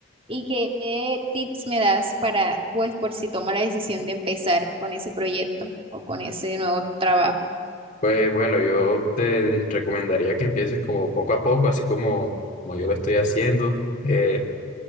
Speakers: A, on the right; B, on the left.
A: y qué, qué tips me das para, pues, por si tomo la decisión de empezar con ese proyecto o con ese nuevo trabajo.
B: Pues bueno, yo te recomendaría que empieces como poco a poco, así como, como yo lo estoy haciendo. Eh,